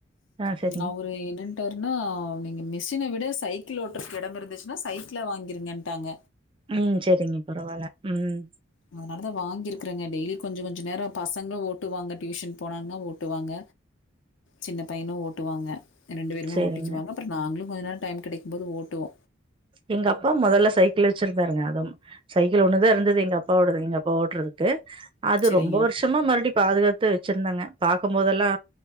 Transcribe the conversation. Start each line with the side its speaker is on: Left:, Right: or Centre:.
Right: ஆ சேரிங்க
Left: ம் அவ்ரு என்னன் டோர்ன்னோ நீங்க மிஷின விட சைக்கிள் ஓட்றக்கு எடம் இருந்துச்னா சைக்கிள வாங்கிருங்கன்ட்டாங்க
Right: ம் செரிங்க பரவால்ல ம்
Left: அதனாலதா வாங்கிருக்குறங்க டெய்லி கொஞ்ச கொஞ்ச நேரோ பசங்ளு ஓட்டுவாங்க டியூஷன் போனாங்னா ஓட்டுவாங்க சின்ன பையனு ஓட்டுவாங்க எ ரெண்டு பேருமே
Right: சேரிங்க
Left: ஓட்டிக்குவாங்க அப்புற நாங்ளு மொஜ நேர டைம் கெடைக்ம்போது ஓட்டுவோ
Right: எங்க அப்பா மொதல்ல சைக்கிள் வச்சிருந்தாருங்க அதும் சைக்கிள் ஒன்னுதா இருந்துது எங்க அப்பா ஓடது எங்க அப்பா ஓட்றதுக்கு அது
Left: சரிங்க.
Right: ரொம்ப வர்ஷமா மறுவ்டி பாதுகாத்து வச்சிருந்தங்க பாக்கும்போதெல்லா